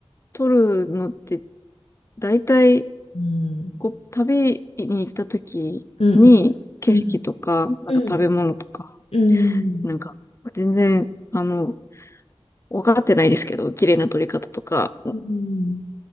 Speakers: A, on the left; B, on the left.
A: 撮るのって、大体、
B: うん。
A: こう、旅に行った時に、
B: うん。
A: 景色とか、
B: うん。
A: なんか食べ物とか、
B: うん。うん。うん。
A: なんか、全然、あの、分かってないですけど、綺麗な撮り方とか。
B: うん。